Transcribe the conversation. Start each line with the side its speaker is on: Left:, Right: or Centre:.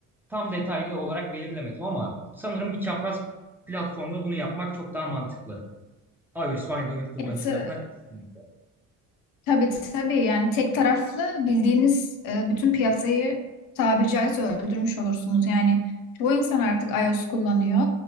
Centre: tam detaylı olarak belirlemedim ama sanırım bir çapraz platformda bunu yapmak çok daha mantıklı. iOS ve Android kullanıcılarına
Left: Evet, e,
Centre: ikisi birlikte.
Left: tabii tabii yani tek taraflı bildiğiniz e, bütün piyasayı tabiri caizse öldürmüş olursunuz. Yani çoğu insan artık iOS kullanıyor